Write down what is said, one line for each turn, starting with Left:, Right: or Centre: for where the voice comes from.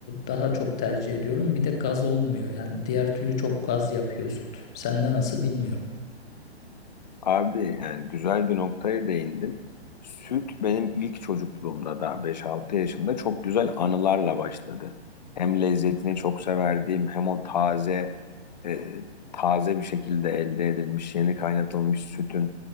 Centre: daha çok tercih ediyorum. Bir de gaz olmuyor yani diğer türlü çok gaz yapıyor süt. Sende nasıl bilmiyorum.
Left: Abi yani güzel bir noktaya değindin. Süt benim ilk çocukluğumda da beş altı yaşında çok güzel anılarla başladı. Hem lezzetini çok severdiğim hem o taze e, taze bir şekilde elde edilmiş yeni kaynatılmış sütün